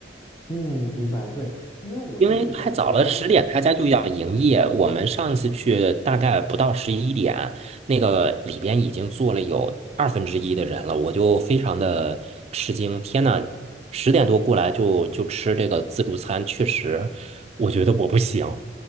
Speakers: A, on the left; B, on the right.
A: 嗯，明白，对，因为我就是想说，
B: 因为太早了，十点他家就要营业。我们上次去大概不到十一点，那个里边已经坐了有二分之一的人了，我就非常的吃惊。天呐，十点多过来就就吃这个自助餐，确实，我觉得我不行。